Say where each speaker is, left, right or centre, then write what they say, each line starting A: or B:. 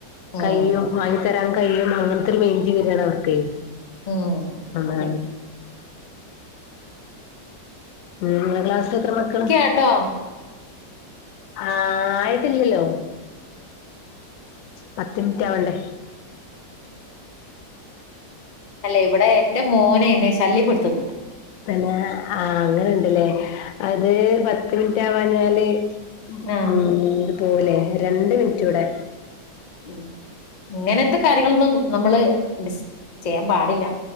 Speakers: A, on the left; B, on the left.
A: ഉം
B: കയ്യും വാങ്ങി തെരാൻ കഴിയും അങ്ങനത്തൊരു മൈൻഡു വെരാണവർക്ക്
A: ഉം
B: അങ്ങനെ
A: അതെ
B: നിങ്ങളെ ക്ലാസ്സിൽ എത്ര മക്കള്
A: ഹട്ടോ
B: ആ ആയിട്ടില്ലല്ലോ പത്ത് മിനിറ്റാവണ്ടേ
A: അല്ലേ ഇവിടെ എന്റെ മോനെ എന്നെ ശല്യപ്പെടുത്തും
B: പിന്നെ ആ അങ്ങനുണ്ടല്ലേ അത് പത്ത് മിനിറ്റാവാഞ്ഞാല് ഉം
A: ആ
B: പോവലേ രണ്ട് മിനിറ്റൂടെ
A: ഉം ഇങ്ങനത്തെ കാര്യങ്ങളൊന്നും നമ്മള് ഡിസ് ചെയ്യാൻ പാടില്ല